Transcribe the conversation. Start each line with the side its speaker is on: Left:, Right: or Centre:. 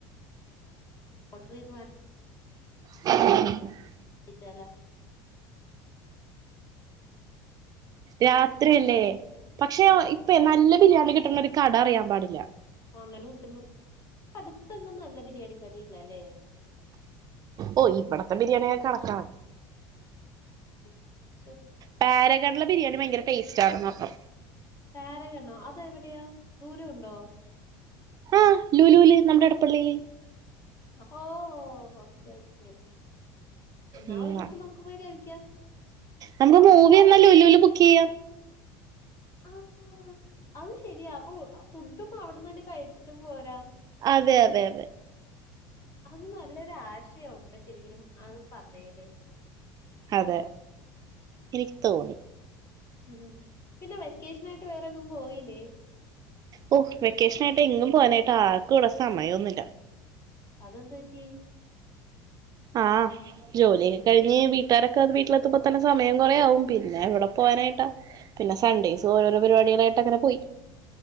Left: ഓഡർതു വാങ്ങി
Right: !!!!!!!!!
Left: കഴിച്ചാലോ
Right: രാത്രിയല്ലേ പക്ഷെ ഇപ്പം
Left: ഏ
Right: നല്ല ബിരിയാണി കിട്ടണ ഒരു കട അറിയാൻ പാടില്ല
Left: ഓൺലൈനിൽകിട്ടുല്ലോ അടുത്തന്നും നല്ല ബിരിയാണി കടയില്ലല്ലേ
Right: ഓ ഇവിടത്തെ ബിരിയാണിയൊക്കെ കടക്കാണ്
Left: <unintelligible>
Right: പാരഗൺ ബിരിയാണി ഭയങ്കര ടേസ്റ്റ് ആര്ന്നുട്ടേ
Left: പാരഗണോ അത് എവിടെയാ ദൂരം ഉണ്ടോ
Right: ആഹ് ലുലൂല് നമ്മുടെ എടപ്പള്ളിയില്
Left: ഓ ഓക്കെ ഓക്കേ എന്നാ
Right: ഉം
Left: ഒരു ദിവസം നമുക്ക് പോയി കഴിക്കാം
Right: നമുക്ക്
Left: അവിടെ
Right: മൂവി
Left: എങ്ങനെ
Right: എന്നാ ലുലൂല് ബുക്ക് ചെയ്യാം
Left: ആഹ് അത് ശെരിയാ അപ്പൊ ഫുഡും അവിടന്നന്നെ കഴിച്ചിട്ടും പോരാ
Right: അതെ അതെ അതെ
Left: അത് നല്ലൊരു ആശയൊണ്ട്ശരിക്കും അത്പറഞ്ഞേലേ
Right: അതെ എനിക്ക് തോന്നി
Left: ഉം പിന്നെ വെക്കേഷനായിട്ട് വേറെങ്ങും പോയില്ലേ
Right: ഓ വെക്കേഷനായിട്ട് എങ്ങും പോവാനായിട്ട് ആർക്കും ഇവിടെ സമയന്നുല്ല്യ
Left: അതന്ത്പറ്റി
Right: ആഹ് ജോലിയൊക്കെ കഴിഞ്ഞ് വീട്ടുകാരൊക്കെ വീട്ടിലെത്തുമ്പോൾ തന്നെ സമയംകുറെ ആവും പിന്നെ എവിടെ പോവാനായിട്ടാ പിന്നെ സൺഡേസ് ഓരോരോ പരിപാടികളായിട്ട്ങ്ങനെപോയി